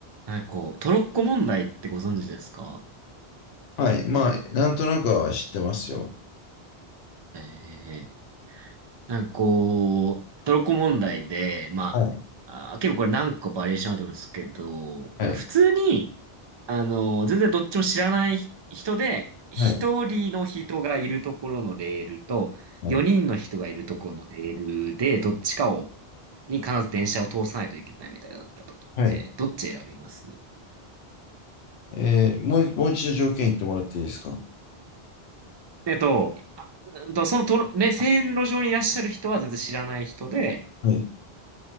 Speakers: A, on the right (about 45°); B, on the left (about 80°).
A: なんかこう、トロッコ問題ってご存知ですか
B: はい。まあ、なんとなくは知ってますよ。
A: ええなんかこう、トロッコ問題で、まあ、
B: はい。
A: あ、結構これ何個バリエーションあると思うんですけど、
B: はい。
A: なんか普通に、あの、全然どっちも知らない人で、一人の人がいるところのレールと、
B: はい。はい。
A: 四人の人がいるところのレールで、どっちかを、に必ず電車を通さないといけないみたいだった時って、
B: はい
A: どっち選びます
B: えーもうい、もう一度条件言ってもらっていいですか
A: えっと、あうんと、そのトロ、ね、線路上にいらっしゃる人は全然知らない人で、
B: はい。